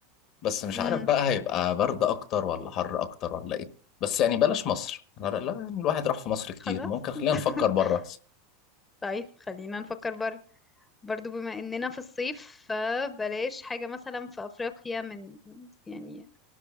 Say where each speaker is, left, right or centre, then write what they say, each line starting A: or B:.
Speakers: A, on the left; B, on the left.
A: بس مش
B: امم
A: عارف بقى هيبقى برد اكتر ولا حر اكتر ولا ايه بس يعني بلاش مصر لا لا يعني الواحد راح في مصر كتير
B: خلاص
A: ممكن خلينا نفكر
B: <laughs>
A: بره احسن
B: طيب خلينا نفكر بره برضو بما اننا في الصيف فبلاش حاجة مثلا في افريقيا من يعني